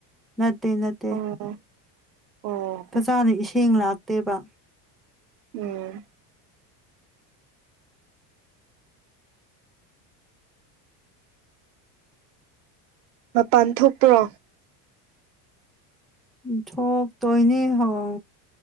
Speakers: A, in the centre; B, on the right.
A: ꯅꯠꯇꯦ ꯅꯠꯇꯦ
B: ꯑꯣ ꯑꯣ ꯑꯣ
A: ꯐꯖꯥꯅ ꯏꯁꯤꯡ ꯂꯥꯛꯇꯦꯕ
B: ꯎꯝ ꯃꯄꯥꯟ ꯊꯣꯛꯄ꯭ꯔꯣ
A: ꯎꯝ ꯊꯣꯛꯇꯣꯏꯅꯤ ꯍꯧ